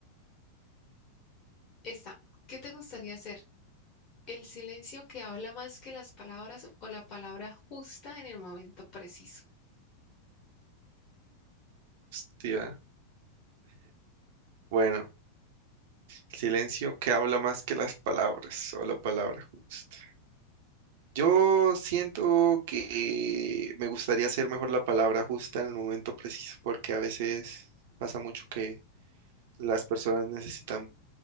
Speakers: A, on the left; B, on the right.
A: Esta, ¿qué te gustaría hacer? ¿El silencio que habla más que las palabras o la palabra justa en el momento preciso?
B: Hostia. Bueno, silencio que habla más que las palabras o la palabra justa. Yo siento que me gustaría hacer mejor la palabra justa en el momento preciso, porque a veces pasa mucho que las personas necesitan